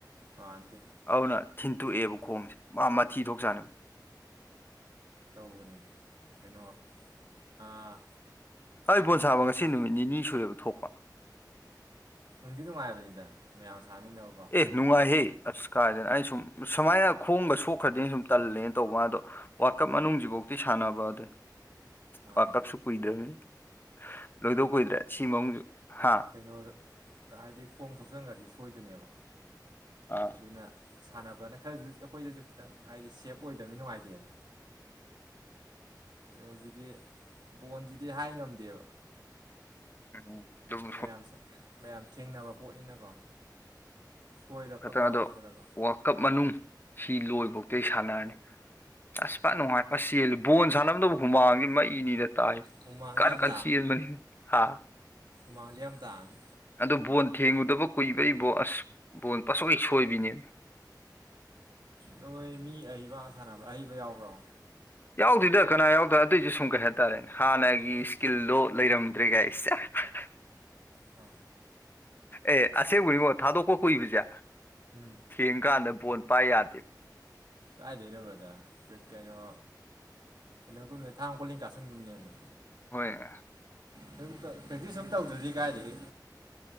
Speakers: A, on the right; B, on the left.
A: ꯃꯟꯗꯦ
B: ꯑꯧꯅ ꯊꯤꯟꯇꯣꯛꯑꯦꯕ ꯈꯣꯡꯁꯦ ꯃꯥ ꯃꯊꯤ ꯊꯣꯛ ꯆꯥꯅꯤꯕ
A: ꯇꯧꯕꯅꯦ ꯀꯩꯅꯣ ꯑꯥ
B: ꯃꯥꯏ ꯕꯣꯟ ꯁꯥꯕ ꯉꯁꯤ
A: ꯍꯥ
B: ꯅꯨꯃꯤꯠ ꯅꯤꯅꯤ ꯁꯨꯔꯦꯕ ꯊꯣꯛꯄ
A: ꯅꯨꯡꯗꯤ ꯅꯨꯡꯉꯥꯏꯕꯅꯤꯗ ꯃꯌꯥꯝ ꯁꯥꯃꯤꯟꯅꯕꯀꯣ
B: ꯑꯦ ꯅꯨꯡꯉꯥꯏꯍꯦ ꯑꯁ ꯀꯥꯏꯗꯅꯣ ꯑꯩ ꯁꯨꯝ ꯁꯨꯃꯥꯏꯅ ꯈꯣꯡꯕꯒ ꯁꯣꯛꯈ꯭ꯔꯗꯤ ꯑꯅ ꯁꯨꯝ ꯇꯜꯂꯦ ꯇꯧꯋꯥꯗꯣ ꯋꯥꯔꯀꯞ ꯃꯅꯨꯡꯁꯤꯐꯧꯗꯤ ꯁꯥꯟꯅꯕ ꯑꯗ
A: ꯃꯥꯅꯦ
B: ꯋꯥꯔ ꯀꯞꯁꯨ ꯀꯨꯏꯗ꯭ꯔꯕꯅꯤ ꯂꯣꯏꯗꯧ ꯀꯨꯏꯗ꯭ꯔꯦ ꯁꯤ ꯃꯑꯣꯡꯁꯨ ꯍꯥ
A: ꯀꯩꯅꯣꯗ ꯍꯥꯏꯗꯤ ꯈꯣꯡ ꯊꯣꯆꯣꯛꯁꯟꯈ꯭ꯔꯗꯤ ꯁꯣꯏꯗꯣꯏꯅꯦꯕ
B: ꯑꯥ
A: ꯑꯗꯨꯅ ꯁꯥꯟꯅꯕꯅ ꯈꯔꯁꯨ ꯑꯩꯈꯣꯏꯗꯁꯨ ꯈꯤꯇꯪ ꯍꯥꯏꯗꯤ ꯁꯦꯞ ꯑꯣꯏꯗꯕꯅꯤ ꯅꯨꯡꯉꯥꯏꯇꯦꯗꯅ ꯀꯩꯅꯣꯁꯤꯗꯤ ꯕꯣꯟꯁꯤꯗꯤ ꯍꯥꯏ ꯉꯝꯗꯦꯕ
B: ꯎꯝ ꯗꯨꯕꯨ
A: ꯃꯌꯥꯝꯁꯥ ꯃꯌꯥꯝ ꯊꯦꯡꯅꯕ ꯄꯣꯠꯅꯤꯅꯀꯣ ꯁꯣꯏꯔꯛꯄ
B: ꯈꯇ
A: ꯀꯥꯎꯔꯛꯄꯗꯀꯣ
B: ꯑꯗꯣ ꯋꯥꯔꯜꯀꯞ ꯃꯅꯨꯡ ꯁꯤ ꯂꯣꯏꯐꯧꯇꯤ ꯁꯥꯟꯅꯔꯅꯤ ꯑꯁ ꯐꯠ ꯅꯨꯡꯉꯥꯏ ꯄꯁ ꯆꯦꯜꯂꯤ ꯕꯣꯜ ꯁꯅꯅꯕꯗꯧꯕ ꯍꯨꯃꯥꯡꯒꯤ ꯃꯩꯅꯤꯗ ꯇꯥꯏ
A: ꯍꯨꯃꯥꯡꯗꯤ
B: ꯀꯅ
A: ꯌꯥꯝ
B: ꯀꯟ ꯆꯟꯕꯅꯤ ꯍꯥ
A: ꯃꯥꯖꯤꯑꯝ ꯇꯥꯅꯦ
B: ꯑꯗꯨ ꯕꯣꯟ ꯊꯦꯡꯉꯨꯗꯕ ꯀꯨꯏꯕꯩꯕꯣ ꯑꯁ ꯕꯣꯟ ꯄꯁꯣꯏ ꯁꯣꯏꯕꯤꯅꯦ
A: ꯅꯣꯏ ꯃꯤ ꯑꯍꯩꯕꯒ ꯁꯥꯟꯅꯕ꯭ꯔꯥ ꯑꯍꯩꯕ ꯌꯥꯎꯕ꯭ꯔꯣ
B: ꯌꯥꯎꯗꯦꯗ ꯀꯅꯥ ꯌꯥꯎꯗꯥ ꯑꯗꯨꯏꯁꯨ ꯁꯨꯝ ꯀꯩꯍꯦꯟ ꯇꯥꯔꯦ ꯍꯥꯟꯅꯒꯤ
A: ꯍꯣꯏ
B: ꯏꯁꯀꯤꯜꯗꯣ ꯂꯩꯔꯝꯗ꯭ꯔꯦ ꯀꯥꯏꯁ ꯁꯦꯁ
A: ꯍꯥꯥ
B: ꯑꯦ ꯑꯁꯡꯕꯨꯃꯣ ꯊꯥꯗꯣꯛꯄꯥ ꯀꯨꯏꯕꯁꯦ
A: ꯎꯝ
B: ꯊꯦꯡ ꯀꯥꯟꯗ ꯕꯣꯟ ꯄꯥꯏ ꯌꯥꯗꯦ
A: ꯀꯥꯏꯗꯣꯏꯅꯣ ꯕ꯭ꯔꯗꯔꯥ ꯀꯩꯅꯣ ꯀꯩꯅꯣꯒꯨꯝꯅꯦ ꯊꯥꯡ ꯀꯣꯂꯤꯡꯀꯥꯁꯟꯒꯨꯝꯅꯦꯃꯦ
B: ꯍꯣꯏ ꯌꯥ
A: ꯇꯧꯕꯨꯇ ꯄ꯭ꯔꯦꯇꯤꯁ ꯑꯝꯇꯧꯗ꯭ꯔꯗꯤ ꯀꯥꯏꯗ ꯒꯤ